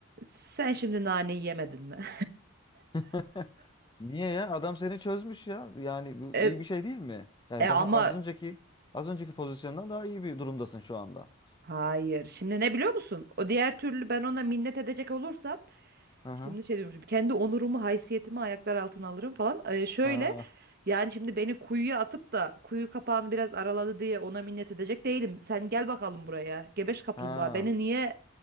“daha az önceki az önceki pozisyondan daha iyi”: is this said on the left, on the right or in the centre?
Left